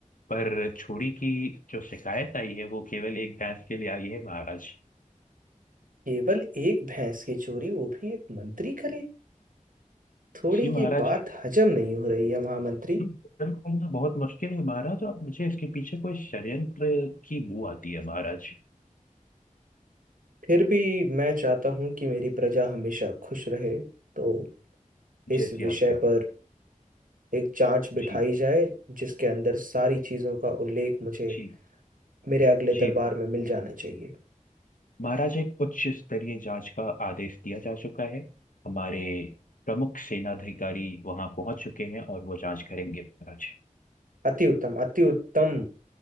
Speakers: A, on the left; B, on the right.
A: पर छोड़ी की जो शिकायत आई है वो केवल एक भैंस के लिए आई है महाराज
B: केवल एक भैंस की चोरी वो भी एक मंत्री करे थोड़ी
A: जी महाराज
B: ये बात हजम नहीं हो रही है महामंत्री
A: उत्तराखंड तो बहुत मुश्किल है महाराज और मुझे इसके पीछे कोई षड्यंत्र की बू आती है महाराज
B: फिर भी मैं चाहता हूं कि मेरी प्रजा हमेशा खुश रहे तो इस
A: जैसी
B: विषय
A: आज्ञा
B: पर एक जांच बिठाई
A: जी
B: जाए जिसके अंदर सारी चीजों का उल्लेख मुझे
A: जी
B: मेरे अगले
A: जी
B: दरबार
A: महाराज
B: में मिल जाना चाहिए
A: महाराज, एक उच्च स्तरीय जांच का आदेश दिया जा चुका है हमारे प्रमुख सेनाधिकारी वहां पहुंच चुके हैं और वो जांच करेंगे महाराज
B: अति उत्तम अति उत्तम